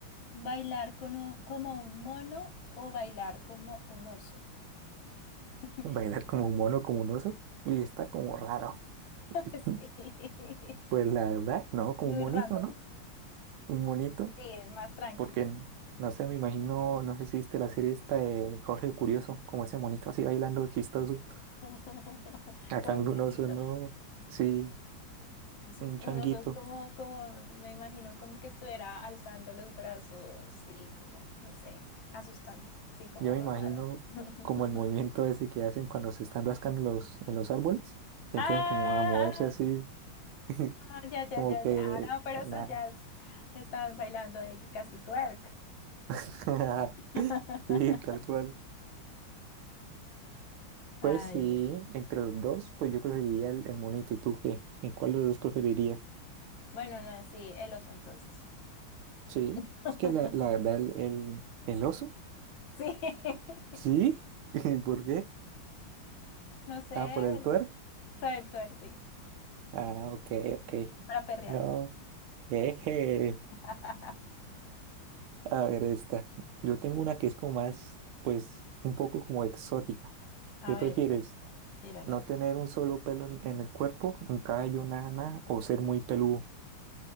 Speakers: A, on the left; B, on the right.
A: bailar con u- como un mono o bailar como un oso? <laughs>
B: Bailar como un mono, como un oso. Uy, está como raro. <laughs>
A: Sí.
B: Pues la verdad, no,
A: Muy
B: como un monito,
A: random.
B: ¿no? un monito,
A: Sí, es más tranqui.
B: porque n- no sé, me imagino, no sé si viste la serie esta de Jorge el Curioso, como ese monito así bailando chistoso.
A: <laughs>
B: A
A: Como
B: cambio
A: un changuito.
B: un oso, no, sí,
A: Eso-
B: un
A: Un
B: changuito.
A: oso como, como, me imagino como que estuviera alzando los brazos, sí, como, no sé, asustando, sí, como
B: Yo me imagino
A: raro. <laughs>
B: como el movimiento ese que hacen cuando se están rascando los, en los árboles, que
A: Ah,
B: empiezan como a moverse así, <laughs>
A: ah, ya, ya,
B: como
A: ya,
B: que
A: ya, no, pero
B: nada.
A: eso ya es- estaban bailando ahí casi twerk.
B: <laughs>
A: <laughs>
B: Sí, tal cual.
A: Ay,
B: Pues sí,
A: bueno.
B: entre los dos, pues yo preferiría el, el monito. ¿Y tú qué? ¿En cuál de los dos preferirías?
A: Bueno, no, sí, el oso entonces.
B: Sí,
A: <laughs>
B: es que la, la verdad, el, el, el oso.
A: Sí, <laughs>
B: Sí, <laughs> ¿y por qué?
A: no sé,
B: Ah, por el
A: el-
B: twerk.
A: o sea, el twerk, sí,
B: Ah, ok, ok.
A: para perrear.
B: No, jeje.
A: <laughs>
B: A ver, esta. Yo tengo una que es como más, pues, un poco como exótica.
A: A
B: ¿Qué prefieres?
A: ver, cuen- tírala.
B: ¿No tener un solo pelo en, en el cuerpo, un cabello, nada, nada, o ser muy peludo?